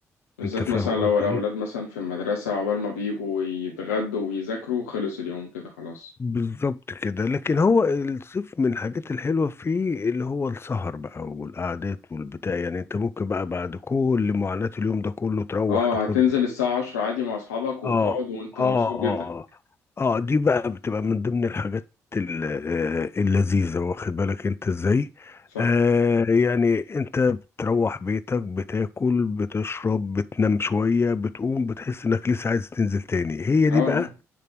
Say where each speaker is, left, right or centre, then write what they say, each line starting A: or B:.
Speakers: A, on the left; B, on the left.
A: بالذات
B: انت فاهم
A: مثلا لو
B: قصدي
A: الأولاد
B: ايه
A: مثلا في المدرسة عقبال ما بيجوا يتغدوا ويذاكروا خلص اليوم كده خلاص
B: بالظبط كده لكن هو الصيف من الحاجات الحلوه فيه اللي هو السهر بقى والقعدات والبتاع يعني انت ممكن بقى بعد كل معاناه اليوم ده كله تروح
A: اه
B: تاخد
A: هتنزل الساعة عشرة عادي مع أصحابك وتقعد
B: اه
A: وأنت
B: اه
A: مبسوط جدا
B: اه اه آه، دي بقى بتبقى من ضمن الحاجات ال- آه، اللذيذة واخد بالك انت ازاي
A: صح
B: آه يعني انت بتروح بيتك بتاكل بتشرب بتنام شوية بتقوم بتحس انك لسه عايز تنزل تاني هي دي
A: اه آه،
B: بقى